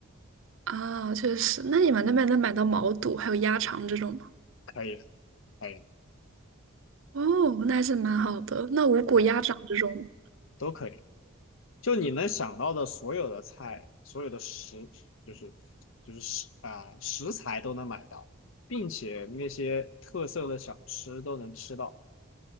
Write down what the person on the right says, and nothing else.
啊，确实。那你们那边能买到毛肚还有鸭肠这种吗？
哦，那还是蛮好的。那五谷鸭掌这种，